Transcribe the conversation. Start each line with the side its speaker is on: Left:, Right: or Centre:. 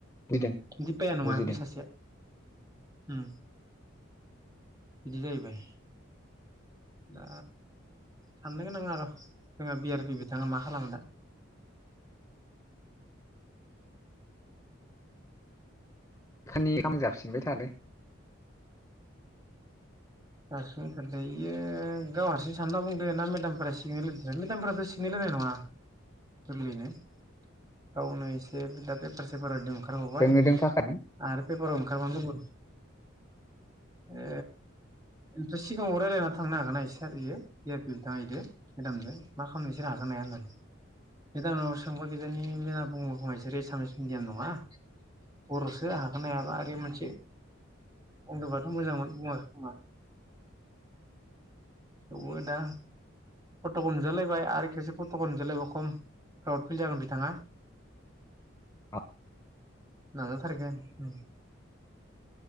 Left: बुजिदों
Right: दिपाया नङा
Left: बुजिदों
Right: बे सासेया उम बिदि जायैबाय दा साननो गोनां आर' जोङो बि आर पि बिथाङा मा खालामो दा
Left: बेखानि खाम जासिबाय थादो।
Right: दासिम खोन्थायै इयो गाव हारसिं सानना बुंदो ना मेदामफोरा सिगनेल होदो मेदामफोराथ' सिगनेल होनाय नङा गोरलैयैनो गावनो एसे दा पेपार सेपाराव <unintelligible> ओंखारबावबाय
Left: जोंनो दोंफाखामोन
Right: आरो पेपाराव ओंखारबावनो लुबै ए ओमफ्राय सिगाङाव रायलायना थांनो हागोन ना सार इयो बि आर पि बिथाङा इदो मेदामजों मा खालामनो इसोर हागोनना हाया होननानै मेदामनाव सोंबा किजानि मेदामा बुंगोन खोमा इसोरो एसामिस मिडियाम नङा बर'सो हागोन हायाबा ओरै मोनसे बुंदोबाथ' मोजांमोन बुङाखै खोमा। थेवबो दा फटकआव नुजालायबाय आरो खेबसे फटकआव नुजालायबा खम फ्राउड फिल जागोन बिथाङा।
Left: आ
Right: <inaudible> नाजाथारगोन उम